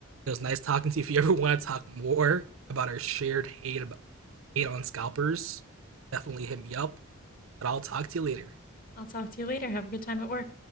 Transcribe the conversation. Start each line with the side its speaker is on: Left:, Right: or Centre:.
Right: It was nice talking to you. If you ever want to talk more about our shared hate about hate on scalpers, definitely hit me up. but I'll talk to you later.
Left: I'll talk to you later. Have a good time at work.